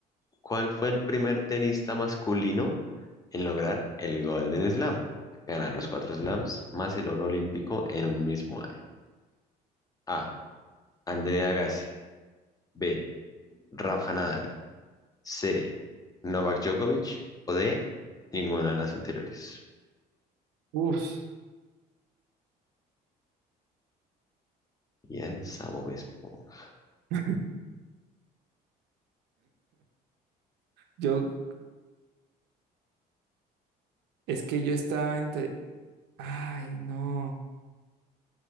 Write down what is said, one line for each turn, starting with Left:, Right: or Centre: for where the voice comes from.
Left: ¿Cuál fue el primer tenista masculino en lograr el Golden Slam? Ganar los cuatro slams más el oro olímpico en un mismo año. A. Andrea Agassi. B. Rafa Nadal. C. Novak Djokovic. O D. Ninguna de las anteriores.
Right: Uf.
Left: Piensa Bob Esponja.
Right: <laughs> Yo, es que yo estaba entre. Ay, no.